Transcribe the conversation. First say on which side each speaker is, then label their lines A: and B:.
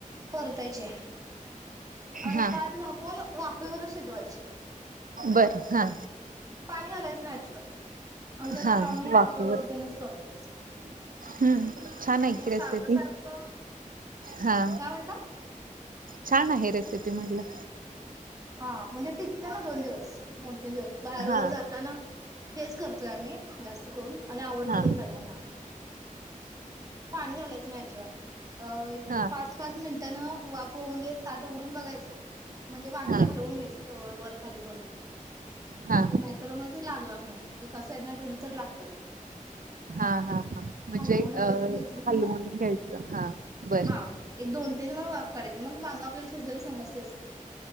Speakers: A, on the right; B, on the right.
A: परतायचे आणि
B: हा
A: ताट झाकून वाफेवर शिजवायचे
B: बर हा
A: पाणी घालायचं नाही अजिबात आमच्यात
B: हा
A: आम्ही
B: वाफेवर
A: अशा पद्धतीनच करत
B: हम्म छान
A: आणि
B: आहे की रेसिपी
A: सारखं सारखं
B: हा
A: काय म्हणता
B: छान आहे रेसिपी म्हटलं
A: हा म्हणजे टिकतं ना दोन दिवस तन दिवस बाहेर वगैरे
B: हा
A: जाताना हेच करतोय आम्ही जास्त करून आणि आवडते
B: हा
A: पण सगळ्यांना पाणी घालंयच नाही अजिबात अ एक
B: हा
A: पाच पाच मिनिटानं वापव म्हणजे ताट उघडून बघायचं म्हणजे वांगी
B: हा
A: हलवून घ्यायची वरखाली करून
B: हा
A: तर नाहीतर मण ते लागणार नाही एका साईडनं ठेवली तर लागतात
B: हा हा हा म्हणजे
A: हलवून व्यवस्थित
B: अ
A: घेतली की
B: हलवून
A: मग
B: घ्यायचं हा बर
A: हा एक दोन तीन वेळा वाफ काढयची मग वांग आपल्याला शिजलेला समजतेच की